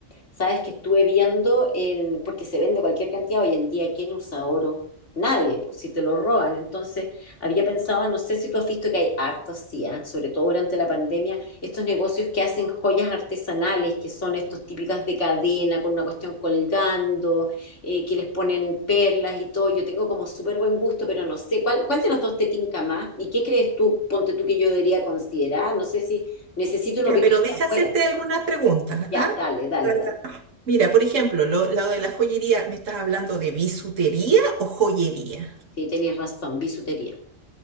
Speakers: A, on the left; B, on the right.
A: Sabes que estuve viendo en, porque se vende cualquier cantidad hoy en día, ¿quién usa oro? Nadie, pues si te lo roban. Entonces, había pensado, no sé si tú has visto que hay harto así, ¿ah? Sobre todo durante la pandemia, estos negocios que hacen joyas artesanales, que son estos típicas de cadena, con una cuestión colgando, eh, que les ponen perlas y todo. Yo tengo como súper buen gusto, pero no sé, ¿cuál, cuál de los dos te tinca más? ¿Y qué crees tú, ponte tú, que yo debería considerar? No sé si necesito una
B: Ya,
A: opinión
B: pero deja
A: de afuera.
B: hacerte algunas preguntas,
A: Ya,
B: ajá.
A: dale, dale,
B: Para-
A: dale.
B: Mira, por ejemplo, lo, lo de la joyería, ¿me estás hablando de bisutería o joyería?
A: Sí, tenéis razón, bisutería.